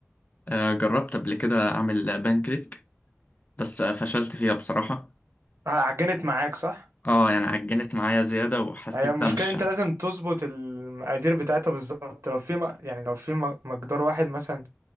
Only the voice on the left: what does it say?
آه جربت قبل كده اعمل بانكيك بس آه، فشلت فيها بصراحه
اه يعني عجنت معايا زياده وحسيتها
مش